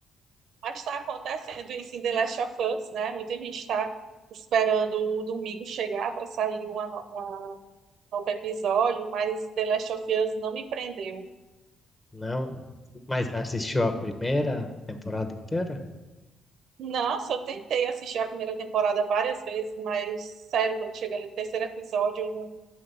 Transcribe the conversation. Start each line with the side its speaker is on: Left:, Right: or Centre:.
Right: Mas está acontecendo isso em The Last of Us, né? Muita gente está esperando o domingo chegar para sair uma, no- uma novo episódio, mas The Last of Us não me prendeu.
Left: Não. Mas já assistiu a primeira temporada inteira?
Right: Nossa, eu tentei assistir a primeira temporada várias vezes, mas sério, quando chega no terceiro episódio, eu não-